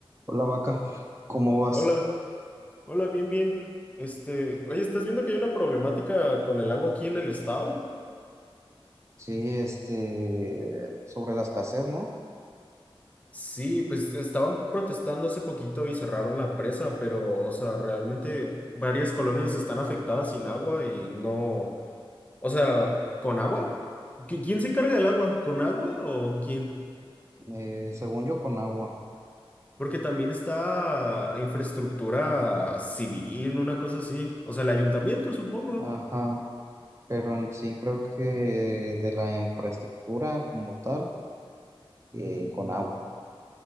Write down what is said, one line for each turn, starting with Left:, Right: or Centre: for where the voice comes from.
Right: Hola vaca, ¿cómo vas?
Left: Hola, hola, bien, bien. Este, oye, ¿estás viendo que hay una problemática con el agua aquí en el estado?
Right: Sí, este, sobre la escasez, ¿no?
Left: Sí, pues estaban protestando hace poquito y cerraron la presa, pero, o sea, realmente varias colonias están afectadas sin agua y no, o sea, ¿con agua? ¿Qui- ¿Quién se encarga del agua? ¿Con agua o quién?
Right: Eh, según yo, con agua.
Left: Porque también está infraestructura civil, una cosa así. O sea, el ayuntamiento, supongo.
Right: Ajá, pero en sí creo que de la infraestructura como tal, eh, con agua.